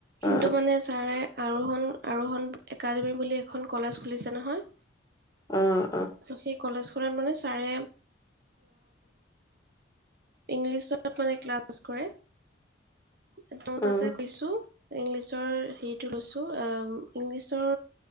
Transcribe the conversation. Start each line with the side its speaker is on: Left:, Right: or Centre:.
Right: কিন্তু
Left: অ
Right: মানে ছাৰে আৰোহণ আৰোহণ একাডেমী বুলি এখন কলেজ খুলিছে নহয়
Left: অ
Right: সেই ক কলেজখনত মানে ছাৰে ইংলিছত মানে ক্লাছ কৰে <unintelligible>
Left: অ
Right: তাতে
Left: অ
Right: কৈছো ইংলিছৰ হেৰিটো লৈছো ইংলিছৰ